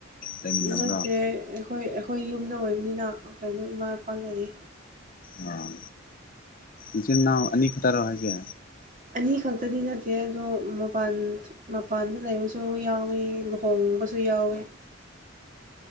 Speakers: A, on the left; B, on the right.
A: ꯂꯩꯃꯤꯟꯅꯕ꯭ꯔꯣ
B: ꯅꯠꯇꯦ ꯑꯩꯈꯣꯏ ꯑꯩꯈꯣꯏ ꯌꯨꯝꯗ ꯑꯣꯏꯕꯅꯤꯅ ꯀꯩꯅꯣ ꯏꯃꯥ ꯏꯄꯥ ꯂꯩꯌꯦ
A: ꯑꯥ ꯏꯆꯤꯟꯅꯥꯎ ꯑꯅꯤ ꯈꯛꯇꯔꯣ ꯍꯥꯏꯁꯦ
B: ꯑꯅꯤ ꯈꯛꯇꯗꯤ ꯅꯠꯇꯦ ꯑꯗꯣ ꯃꯄꯥꯟ ꯃꯄꯥꯟꯗ ꯂꯩꯕꯁꯨ ꯌꯥꯎꯋꯤ ꯂꯨꯍꯣꯡꯕꯁꯨ ꯌꯥꯎꯏꯤ